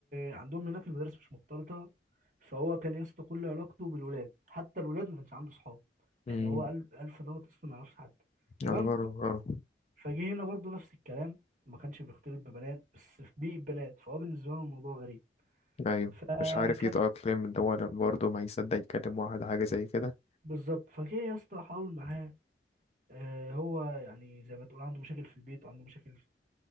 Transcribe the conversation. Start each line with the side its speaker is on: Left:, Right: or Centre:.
Right: عندهم هناك المدارس مش مختلطة فهو كان يا اسطى كل علاقته بالولاد حتى الولاد ما كانش عنده صحاب
Left: اه
Right: يعني هو أل- ألف دوت لسه ما يعرفش حد تمام
Left: يعتبر اه
Right: فجه هنا برضو نفس الكلام ما كانش بيختلط ببنات بس في بيئة بنات فهو بالنسبة له الموضوع غريب
Left: ايوه
Right: فكان
Left: مش عارف يتأقلم اللي هو برضه ما هيصدق يكلم واحد حاجة زي كده
Right: بالظبط فجه يا اسطى حاول معاه آه هو يعني زي ما تقول عنده مشاكل في البيت وعنده مشاكل